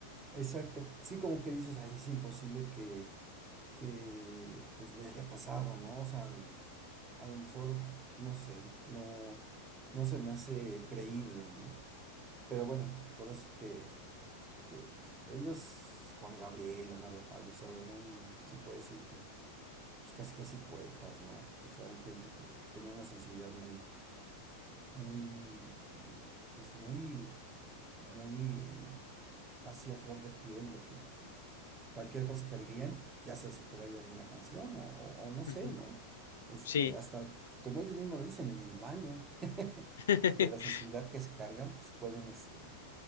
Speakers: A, on the right (about 20°); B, on the left (about 60°).
A: Exacto. Sí, como que dices, ahí es imposible que, que pues le haya pasado, ¿no? O sea, a lo mejor, no sé, no, no se me hace creíble, ¿no? Pero bueno, pues ahora sí que, que pues, ellos, Juan Gabriel, Leonardo Fabio, o sea, eran, se puede decir que, pues casi casi poetas, ¿no? O sea, eran gente que tenía una sensibilidad muy, muy, mm, pues muy, muy así a flor de piel, de que pues, cualquier cosa que veían, ya se les ocurría ahí alguna canción o, o- o no sé,
B: Ujú.
A: ¿no? Este,
B: Sí.
A: hasta, como ellos mismos lo dicen, en el baño, <laughs>
B: <laughs>
A: de la sensibilidad que se cargan, pues pueden este,